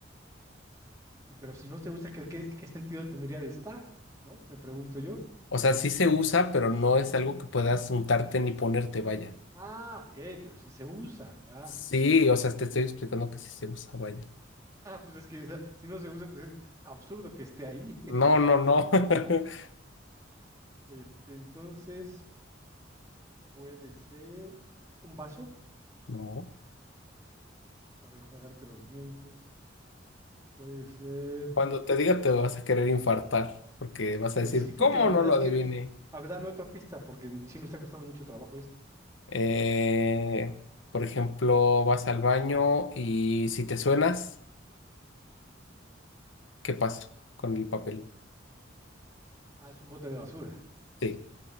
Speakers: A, on the right; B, on the left.
A: Y, pero si no se usa, ¿qué, qué, qué sentido tendría de estar? ¿No? Me pregunto yo.
B: O sea, sí se usa, pero no es algo que puedas untarte ni ponerte, vaya.
A: Ah, ok, pero sí se usa, ya.
B: Sí, o sea, te estoy explicando que sí se usa, vaya.
A: <laughs> Ah, pues es que o sea, si no se usa, pues es absurdo que esté ahí.
B: No,
A: <laughs>
B: no, no. <laughs>
A: Este, entonces puede ser un vaso
B: No.
A: para enjuagarte los dientes. Puede ser,
B: Cuando te diga te vas a querer infartar, porque vas a
A: pues
B: decir,
A: sí, porque
B: ¿cómo
A: la verdad
B: no lo
A: es
B: adiviné?
A: que, a ver, dame otra pista, porque sí me está costando mucho trabajo este.
B: Eh, por ejemplo, vas al baño y si te suenas, ¿qué pasa con el papel?
A: Ah, es un bote de basura.
B: Sí,